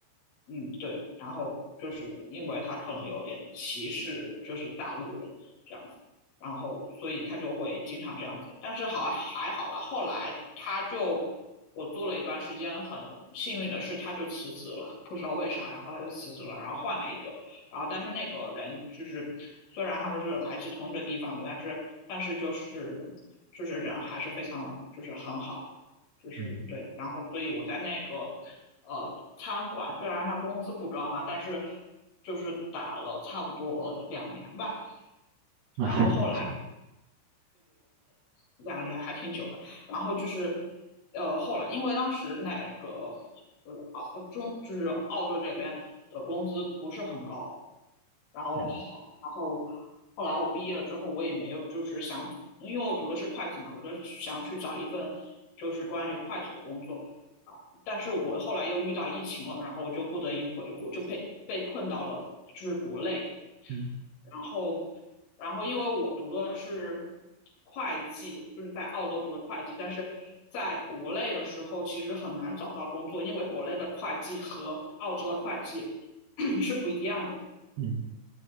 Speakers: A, on the left (about 75°); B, on the right (about 60°).
A: 嗯，对，然后就是因为他可能有点歧视，就是大陆人这样子，然后所以他就会经常这样子，但是好还好啦，后来他就我做了一段时间，很幸运的是他就辞职了，不知道为啥，然后他就辞职了，然后换了一个，然后但是那个人就是虽然他们是来自同一个地方的，但是但是就是就是人还是非常就是很好。就是对，
B: 嗯
A: 然后所以我在那个呃餐馆，虽然他工资不高嘛，但是就是打了差不多两年吧。
B: 那还挺久，
A: 然后后来两年还挺久的。然后就是，呃，后来因为当时那个呃澳中就是澳洲这边的工资不是很高，然后
B: 嗯
A: 然后后来我毕业了之后，我也没有就是想，因为我读的是会计嘛，我就想去找一份就是关于会计的工作。啊，但是我后来又遇到疫情了，然后我就不得已回国，就被被困到了就是国内。
B: 嗯
A: 然后，然后因为我读的是会计，就是在澳洲读的会计，但是在国内的时候其实很难找到工作，因为国内的会计和澳洲的会计 <clears throat> <coughs> 是不一样的。
B: 嗯